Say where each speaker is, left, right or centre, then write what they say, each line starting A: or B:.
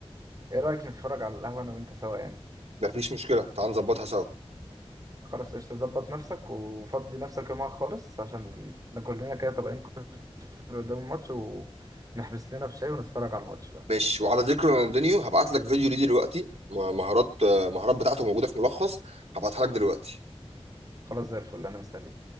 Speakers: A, on the right; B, on the right.
A: ايه رايك نتفرج على القهوه انا وانت سوا يعني
B: مفيش مشكله تعال نظبطها سوا
A: خلاص قشطة ظبط نفسك وفضي نفسك يومها خالص عشان ناكل لنا كده طبقين كشري قدام الماتش ونحبس لنا بشاي ونتفرج على الماتش بقى
B: ماشي وعلى ذكر رونالدينيو هبعت لك فيديو ليه دلوقتي مهارات المهارات بتاعته موجوده في ملخص هبعتها لك دلوقتي
A: خلاص زي الفل انا مستني